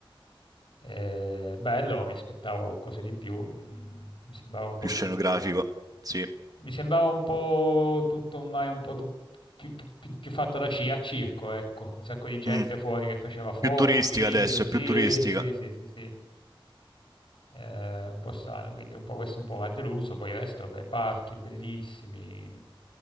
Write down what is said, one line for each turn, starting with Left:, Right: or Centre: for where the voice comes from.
Left: Eh, bello, ma mi aspettavo qualcosa di più. mm, mi sembrava un po'
Right: Più scenografico,
Left: tutto.
Right: sì.
Left: Mi sembrava un po' tutto ormai un po' tu- più, più- più- più fatto da ci- a circo, ecco, un sacco di gente
Right: Mm.
Left: fuori che faceva foto,
Right: Più turistica
Left: video,
Right: adesso,
Left: sì,
Right: è più turistica.
Left: sì, sì, sì, sì. Eh, un po' strano, quindi un po' questo un po' mi ha deluso, poi il resto, beh, parchi bellissimi,